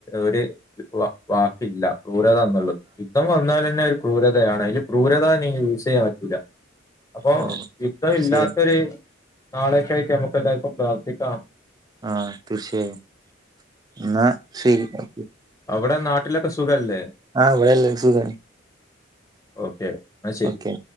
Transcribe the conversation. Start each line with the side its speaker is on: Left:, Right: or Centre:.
Left: ഒരു വാക്കില്ല ക്രൂരത എന്നുള്ളത് യുദ്ധം വന്നൽ തന്നെ ഒരു ക്രതയാണ് അതില് ക്രത നിങ്ങ യൂസ് ചെയ്യാൻ പറ്റൂല്ല അപ്പൊ
Right: ഓ
Left: യുദ്ധം
Right: തീർച്ചയായും
Left: ഇല്ലാത്തൊരു നാളേക്കായിട്ട് നമുക്ക് എല്ലാവർക്കും പ്രാർത്ഥിക്കാം
Right: ആഹ തീർച്ചയായും എന്നാ ശരി ഓ
Left: ഇവി നാട്ടിലക്കെ സുഖമല്ലേ
Right: ആഹ വളല്ല ശു തണ
Left: ഓക്കെ എന്നാ ശരി.
Right: ഓക്കെ